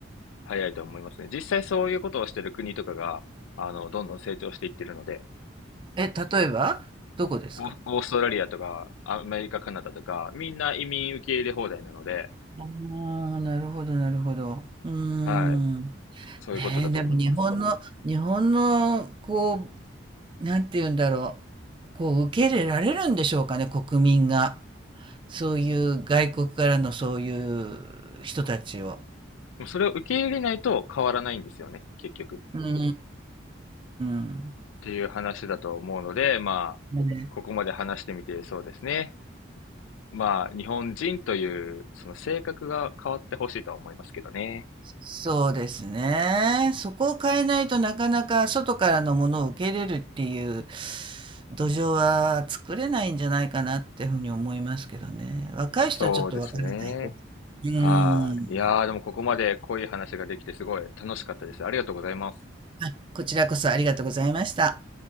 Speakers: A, on the left; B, on the right.
A: 早いと思いますね。実際そういうことをしてる国とかが、あの、どんどん成長していってるので、
B: え。え、例えばどこですか
A: オーオーストラリアとか、アメリカ、カナダとか、みんな移民受け入れ放題なので、
B: ああなるほど、なるほど。うーん。
A: はい、そういうことだと思います。
B: ねえ、でも日本の、日本の、こなんて言うんだろう、こう受け入れられるんでしょうかね、国民が。そういう外国からのそういう人たちを。
A: でもそれを受け入れないと変わらないんですよね、結局。
B: うんうん
A: っていう話だと思うので、まあ、
B: うん。ね、
A: ここまで話してみてそうですね。まあ、日本人という、その性格が変わってほしいとは思いますけどね。
B: そうですね。そこを変えないとなかなか外からのものを受け入れるっていう土壌は作れないんじゃないかなっていうふうに思いますけどね。若い人はちょっとわからないけど。
A: そうですね。
B: う
A: はい。
B: ん。
A: いやー、でもここまで濃い話ができてすごい楽しかったです。ありがとうございます。
B: あ、こちらこそありがとうございました。